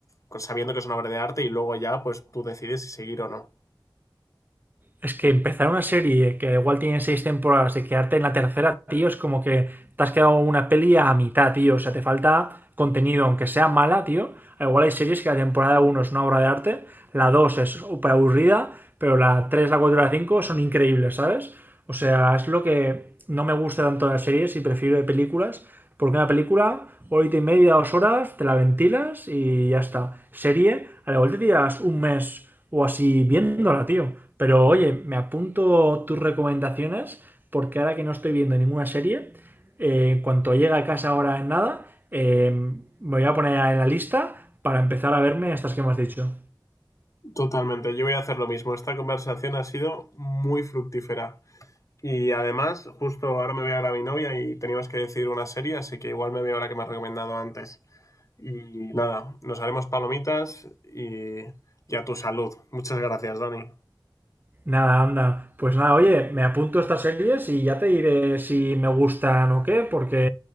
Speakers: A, on the left; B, on the right.
A: pues, sabiendo que es una obra de arte y luego ya pues tú decides si seguir o no.
B: Es que empezar una serie que igual tiene seis temporadas y quedarte en la tercera, tío, es como que te has quedado una peli a mitad, tío. O sea, te falta contenido, aunque sea mala, tío. Igual hay series que la temporada uno es una obra de arte, la 2 es súper aburrida, pero la tres la 4 y la 5 son increíbles, ¿sabes? O sea, es lo que no me gusta tanto de las series y prefiero de películas, porque una película, horita y media, dos horas, te la ventilas y ya está. Serie, a la vuelta te tiras un mes o así viéndola, tío. Pero oye, me apunto tus recomendaciones porque ahora que no estoy viendo ninguna serie, eh, en cuanto llegue a casa ahora en nada, eh, me voy a poner en la lista para empezar a verme estas que me has dicho.
A: Totalmente, yo voy a hacer lo mismo. Esta conversación ha sido muy fructífera. Y además, justo ahora me voy a ver a mi novia y teníamos que decidir una serie, así que igual me veo la que me has recomendado antes. Y nada, nos haremos palomitas y, y a tu salud. Muchas gracias, Dani.
B: Nada, anda. Pues nada, oye, me apunto estas series y ya te diré si me gustan o qué, porque